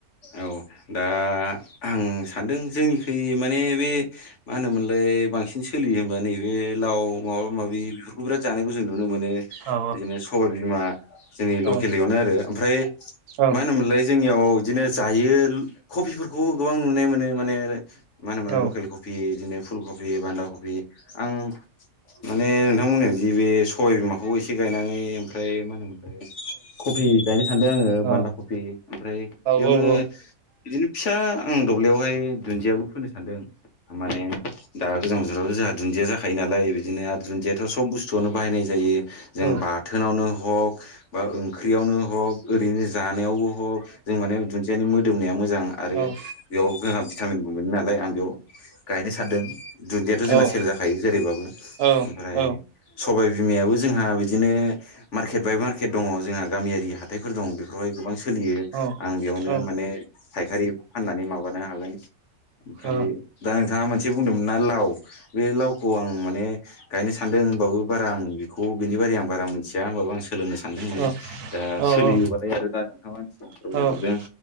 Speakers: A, on the left; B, on the right.
A: औ दा आं सानदों जोंनिख माने बे मा होनोमोनलाय बांसिन सोलियो होनबा नैबे लाव माबा माबि बेफोरखौ बिराद जानायखौ जों नुनो नुनो मोनो
B: औ
A: बिदिनो सबाय बिमा जोंनि लकेलयावनो
B: औ
A: आरो ओमफ्राय
B: औ
A: मा होनोमोनलाय जोंनियाव बिदिनो जायो कफिफोरखौ गोबां नुनाय मोनो माने मा होनोमाय
B: औ
A: लकेल कफि बिदिनो फुल कबि बान्दा कफि आं माने नोंथांमोननियाव जि बे सय बिमाखौ एसे गायनानै ओमफ्राय मा होनोमोन कफि गायनो सानदों आङो
B: औ
A: बान्दा कफि ओमफ्राय
B: औ
A: बेयावनो
B: औ
A: बिदिनो फिसा आं दबलियावहाय दुन्दियाबो फोनो सानदों माने दा गोजां बोथोरावथ' जोंहा दुन्दिया जाखायो नालाय बिदिनो आरो दुन्दियाथ' सब बुस्थुआनो बाहायनाय जायो जों
B: औ
A: बाथोनावनो हग बा ओंख्रियावनो हक ओरैनो जानायावबो हक हक जों माने दुन्दियानि मोदोमनाया मोजां आरो
B: औ
A: बेयाव जोंहा भिटामिनबो मोनो नालाय आं बेयाव गायनो सानदों दुन्दियाथ'
B: औ
A: जोंना
B: औ
A: सेल जाखायो जेरैबाबो
B: औ
A: ओमफ्राय
B: औ
A: सबायाइ बिमायाबो जोंहा बिदिनो मार्केट बाय मार्केट दङ जोंहा गामियारि हाथाइफोर दं बेफोरावहाय गोबां सोलियो
B: औ
A: आं बेयावनो
B: औ
A: माने फायखारि फाननानै माबानो हागोन ओमफ्राय
B: औ
A: दा नोंथाङा मोनसे बुंदोंमोन ना लाव बे लावखौ आं माने गायनो सानदों होनबाबो बारा आं बेखौ बिनि बारै आं बारा मिथि होनबबो आं स सोलोंनो सानदों माने
B: औ
A: दा
B: औ
A: सोलियोबालाय
B: औ
A: आरो दा नोंथांमोननिसिम
B: औ
A: फोरमायहरदों